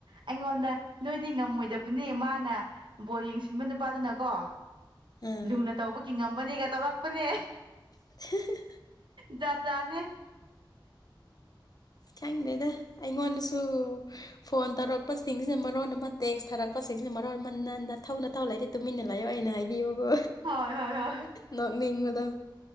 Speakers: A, on the right; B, on the left.
A: ꯑꯩꯉꯣꯟꯗ ꯅꯣꯏꯗꯤ ꯉꯝꯃꯣꯏꯗꯕꯅꯤ ꯃꯥꯅ ꯕꯣꯜ ꯌꯦꯡꯁꯤꯟꯕ ꯅꯨꯄꯥꯗꯨꯅꯀꯣ
B: ꯎꯝ
A: ꯂꯨꯅ ꯇꯧꯕꯒꯤ ꯉꯝꯕꯅꯤꯒ ꯇꯧꯔꯛꯄꯅꯦ
B: <inaudible>
A: ꯖꯥꯠ ꯖꯥꯠꯅꯦ
B: ꯈꯪꯗꯦꯗ ꯑꯩꯉꯣꯟꯗꯁꯨ ꯐꯣꯟ ꯇꯧꯔꯛꯄꯁꯤꯡꯁꯤꯅ ꯃꯔꯣꯟ ꯑꯃ ꯇꯦꯛꯁ ꯊꯥꯔꯛꯄꯁꯤꯡꯁꯤꯅ ꯃꯔꯣꯟ ꯑꯃ ꯅꯥ ꯅꯊꯧ ꯅꯊꯧ ꯂꯩꯇꯦ ꯇꯨꯃꯤꯟꯅ ꯂꯩꯌꯣ ꯑꯩꯅ ꯍꯥꯏꯕꯤꯕꯀꯣ
A: ꯍꯣꯏ ꯍꯣꯏ ꯍꯣꯏ
B: ꯅꯣꯛꯅꯤꯡꯕꯗꯣ